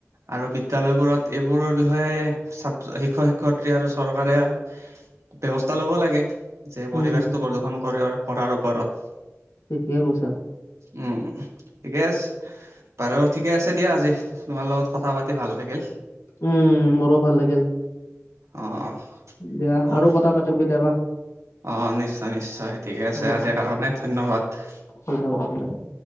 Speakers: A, on the right; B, on the left.
A: আৰু বিদ্য়ালয়বোৰত এইবোৰৰ বিষয়ে, ছাত্ৰ শিক্ষক শিক্ষয়িত্ৰী আৰু চৰকাৰে ব্যৱস্থা লব লাগে, যে
B: উম
A: পৰিৱেশটো প্ৰদূষন কৰি কৰাৰ ওপৰত।
B: ঠিকেই কৈছা।
A: উম-উম, ঠিকে আছে। বাৰু ঠিকে আছে দিয়া, আজি তোমাৰ লগত কথা পাতি ভাল লাগিল।
B: উম, মোৰো ভাল লাগিল।
A: অ'।
B: দিয়া
A: বহুত
B: আৰু কথা পাতিম কেতিয়াবা।
A: অ', নিশ্চয়- নিশ্চয় ঠিকে আছে,
B: উম
A: আজিৰ কাৰণে ধন্যবাদ।
B: ধন্যবাদ ধন্যবাদ।